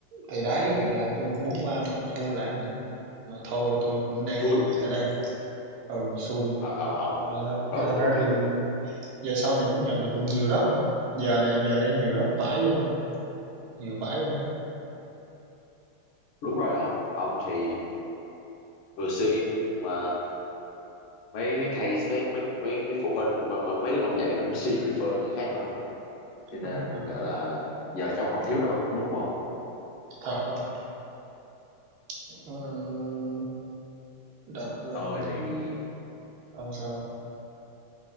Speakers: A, on the right; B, on the left.
A: Thì đấy, thì đợt tôi cũng muốn qua bên khu làm đấy. Mà thôi tôi cũng đang
B: thua
A: yên vị tại đây. Ừ, xui.
B: Ờ, ông ông
A: Mà, th
B: có
A: mà thật ra
B: nhiều
A: thì giờ sau này cũng nhận được nhiều lớp không? Giờ này giờ đang nhiều lớp vải luôn không? Nhiều vải luôn đấy.
B: đúng rồi ông ông thì vừa xin mà mấy mấy case mấy mấy mấy, mấy phụ huynh mà, mà mấy đứa ông dạy cũng xin refer người khác đúng không cho
A: Đúng
B: nên
A: không?
B: gọi là giờ trong không thiếu đâu đúng không
A: Thật không? Ừ, đợt ờ,
B: tôi thì
A: ông sao?